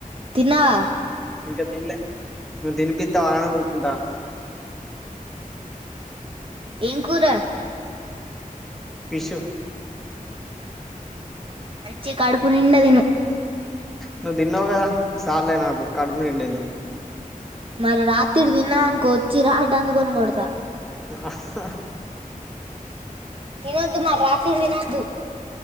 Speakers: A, on the right (about 40°); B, in the centre.
A: తిన్నావ
B: ఇంకా తిన్లే నువు తినిపిత వానీ ఊకుంట
A: ఏం కూర
B: ఫిషూ
A: మంచి కడుపు నిండా తిను
B: నువ్వు తిన్నావు కదా సాల్ లే నాకు కడుపు నిండింది
A: మరి రాత్రి తిన్నా అనుకో వచ్చీ రీడ్ అందుకొని కొడతా
B: అహహా
A: తినొద్దు మరి రాత్రి తినొద్దు